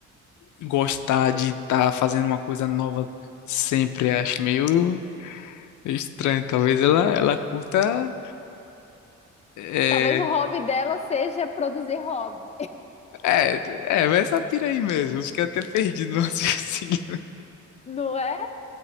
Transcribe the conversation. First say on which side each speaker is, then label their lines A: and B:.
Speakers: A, on the left; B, on the left.
A: gostar de estar fazendo uma coisa nova sempre. Acho meio estranho. Talvez ela, ela curta. É,
B: Talvez o hobby dela seja produzir hobby.
A: é, é, vai essa pira aí mesmo. Eu Fiquei até perdido no <laughs> raciocínio.
B: Não é?